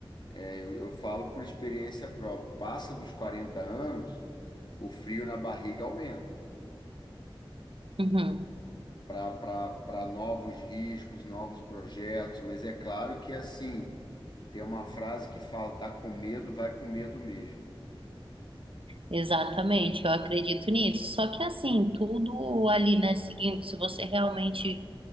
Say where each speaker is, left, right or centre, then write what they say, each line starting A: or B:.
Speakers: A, on the left; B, on the right.
A: é, eu, eu falo por experiência própria. Passa dos 40 anos, o frio na barriga aumenta
B: Uhum,
A: para novos riscos, novos projetos. Mas é claro que, assim, tem uma frase que fala: tá com medo, vai com medo mesmo.
B: Exatamente, eu acredito nisso. Só que assim, tudo ali, né, seguindo, se você realmente,